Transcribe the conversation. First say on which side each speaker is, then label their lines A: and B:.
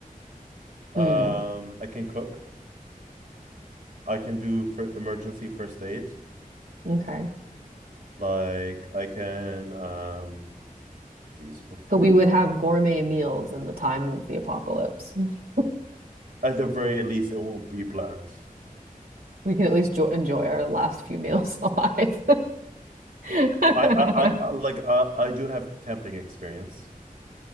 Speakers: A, on the right; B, on the right.
A: Um,
B: Hmm.
A: I can cook. I can do for emergency first aid.
B: Okay.
A: Like I can um geez, what
B: So we would have gourmet meals in the time of the apocalypse. <laughs>
A: at the very least it won't be planned.
B: We can at least jo enjoy our last few meals <laughs> alive. <laughs>
A: I I, I, I like I, I do have camping experience.